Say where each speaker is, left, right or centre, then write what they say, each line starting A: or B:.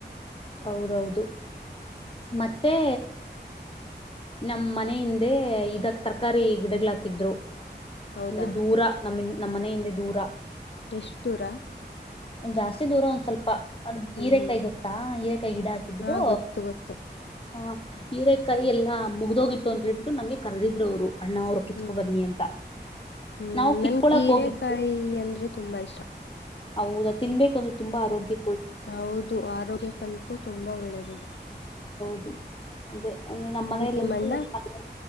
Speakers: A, on the left (about 30°); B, on the left (about 80°).
A: ಹೌದೌದು ಮತ್ತೆ ನಮ್ಮ್ ಮನ ಹಿಂದೆ ಇದಕ್ ತರಕಾರಿ ಗಿಡಗ್ಗಳ ಹಾಕಿದ್ರು
B: ಹೌದಾ
A: ಅಂದ್ರೆ ದೂರ ನಮ್ಮ ನಮ್ಮನ ಹಿಂದೆ ದೂರ
B: ನಿಷ್ತುರ
A: ಒಂದ್ ಜಾಸ್ತಿ ದೂರ ಒಂದ್ ಸ್ವಲ್ಪ ಅದ್
B: ಹ್ಮ್
A: ಹೀರೆೇಕಾಯಿ
B: ಹ್ಮ್
A: ಗೊತ್ತಾ ಹ ಕ ಗಿಡ ಹಾಕಿದ್ರು
B: ಹಾ ಗೊತ್ತು ಗೊತ್ತು
A: ಹ ಹೀರೆಕಾಯಿ ಎಲ್ಲಾ ಮುಗ್ದೋಗಿತ್ತು ಅಂತ ಹೇಳೇಳ್ಬಿಟ್ಟು ನಮ್ಗೆ ಕರೆದಿದ್ರು ಅವ್ರು ಅಣ್ಣ ಅವರು ಕಿತ್ಕೊ
B: ಹ್ಮ್
A: ಬನ್ನನಿ ಅಂತ
B: ಹ್ಮ್
A: ನಾವು ಕಿತ್ಕೊಳಕ್
B: ನನ್ ಹೀರೆಕಾಯಿ
A: ಹೋಗಿದ್ದು
B: ಅಂದ್ರೆ ತುಂಬಾ ಇಷ್ಟ
A: ಹೌದಾ ತಿನ್ಬೇಕದು ತುಂಬಾ ಆರೋಗ್ಯ
B: ಹೌದು ಆರೋಗ್ಯಕ್ಕಂತೂ ತುಂಬಾ ಒಳ್ಳೆದದು
A: ಅ ಅ ನಮ್ಮ ಪಲ್ಯ
B: ನಿಮ್ಮಣ್ಣ